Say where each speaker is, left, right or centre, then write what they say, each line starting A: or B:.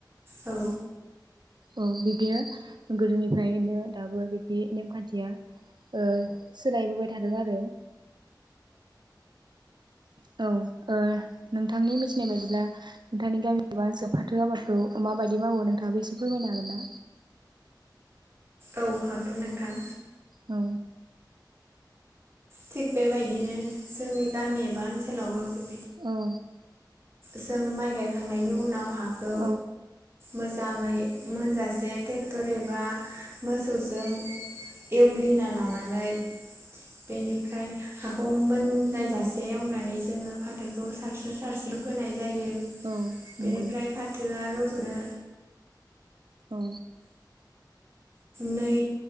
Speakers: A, on the right; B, on the right.
A: औ
B: औ बिब्दिनो गोदोनिफ्रायनो दाबो बिबदि नेमखान्थिया ओ सोलायबोबाय थादों आरो। <inaudible> औ ओ नोंथांनि मिथिनाय बायदिब्ला नोंथांनि गामि एबा ओनसोलाव फाथो आबादखौ माबा दि मावो नोंथाङा‌ एसे फोरमायनो हागोन ना?
A: औ हागोन नोंथां
B: औ
A: थिग बेबायदिनो जोंनि गामि एबा ओनसोलावबो बे
B: औ
A: जों माइ गायखांनायनि उनाव हाखौ
B: औ
A: मोजाङै मोनजासे ट्रेक्टर एबा मोसौजों एवग्लिना लानानै बेनिफ्राय हाखौ मोननायजासे एवनानै जोङो फाथोखौ सारस्रो सारस्रो फोनाय जायो
B: औ
A: बेनिफ्राय
B: औ नंगौ
A: फाथोआ रज'नो
B: औ
A: नै